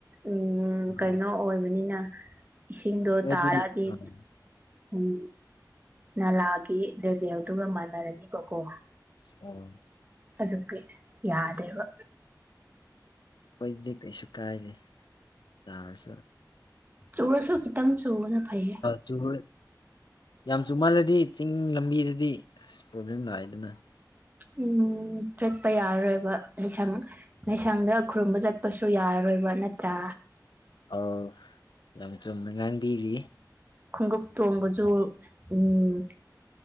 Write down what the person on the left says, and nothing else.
ꯑꯥ
ꯅꯣꯏꯗꯤ
ꯑꯥ
ꯎꯝ
ꯈ‌ꯣꯏꯗꯤ ꯀꯩꯁꯨ ꯀꯥꯏꯗ‌ꯦ ꯇꯥꯔꯁꯨ
ꯆꯨꯕ ꯌꯥꯝ ꯆꯨꯃꯜꯂꯗꯤ ꯆꯤꯡ ꯂꯝꯕꯤꯗꯗꯤ ꯑꯁ ꯄ꯭ꯔꯣꯕ꯭ꯂꯦꯝ ꯂꯥꯛꯑꯦꯗꯅ
ꯑ‌ꯣ ꯌꯥꯝ ꯆꯨꯝꯅ ꯉꯥꯡꯕꯤꯔꯤ ꯫